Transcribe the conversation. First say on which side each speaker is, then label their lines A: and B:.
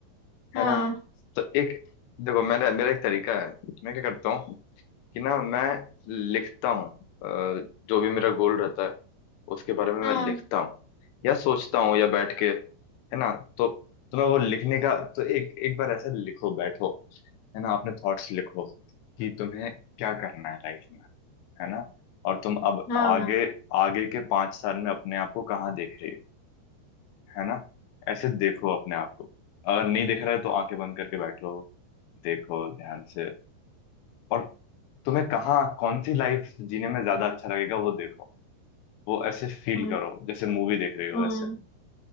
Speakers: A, on the left (about 50°); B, on the left (about 80°).
A: हाँ
B: है ना तो एक देखो मेरा मेरा एक तरीका है मैं क्या करता हूँ कि ना मैं लिखता हूँ अ, जो भी मेरा गोल रहता है उसके बारे में
A: हाँ
B: मैं लिखता हूँ या सोचता हूँ या बैठ के है ना तो तुम्हें वो लिखने का तो एक एक बार ऐसे लिखो बैठो है ना अपने थॉट्स लिखो कि तुम्हें क्या करना है लाइफ में है ना और तुम अब
A: हाँ
B: आगे आगे के पांच साल में अपने आप को कहाँ देख रहे हो है ना ऐसे देखो अपने आप को अगर नहीं दिख रहा है तो आंखें बंद करके बैठो देखो ध्यान से और तुम्हें कहाँ कौन सी लाइफ जीने में ज्यादा अच्छा लगेगा वो देखो वो ऐसे फील
A: हाँ
B: करो जैसे मूवी देख रही हो
A: हाँ
B: वैसे